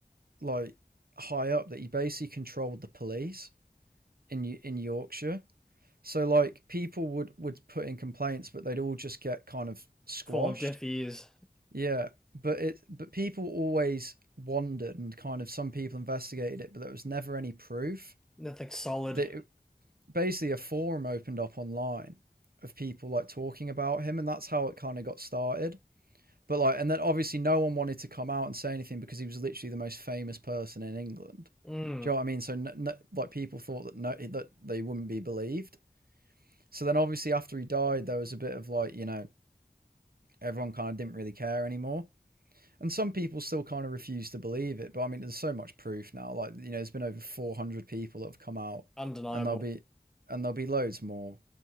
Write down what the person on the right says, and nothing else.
like high up that he basically controlled the police in Y- in Yorkshire. So like people would would put in complaints, but they'd all just get kind of squashed.
Yeah, but it but people always wondered, and kind of some people investigated it, but there was never any proof
that it- basically a forum opened up online of people like talking about him, and that's how it kind of got started. But like, and then obviously no one wanted to come out and say anything because he was literally the most famous person in England.
Do you know what I mean? So no, no, like people thought that no, that they wouldn't be believed. So then obviously after he died, there was a bit of like, you know, everyone kind of didn't really care anymore. And some people still kind of refuse to believe it. But I mean, there's so much proof now. Like, you know, there's been over 400 people that have come out
and there'll be, and there'll be loads more.